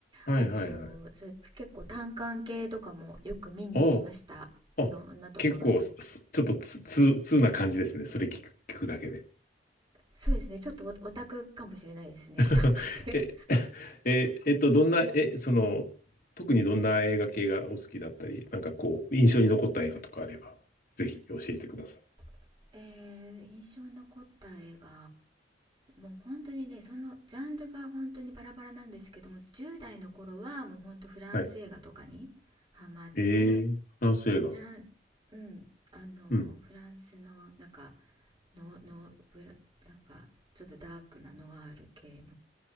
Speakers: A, on the left; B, on the right.
A: ー、はいはいはい。
B: あとそれ結構単館系とかもよく見に行きましたいろんなところに
A: ああ、あ、結構、すすちょっとつ、つ、通な感じですね。それ聞く、聞くだけで。
B: そうですねちょっとオタクかもしれないですね
A: <laughs>
B: <laughs> オタク系
A: え、<laughs> え、えっと、どんな、え、その、特にどんな映画系がお好きだったり、なんかこう、印象に残った映画とかあれば、ぜひ教えてください。
B: <laughs> えー印象に残った映画もう本当にねそのジャンルが本当にバラバラなんですけども10代の頃はもう本当フランス映画とかにハマって
A: はい。えー、フランス映画。
B: フラン、うん、あの、
A: うん。
B: フランスの、なんか、の、の、ブラ、なんか、ちょっとダークなノワール系の、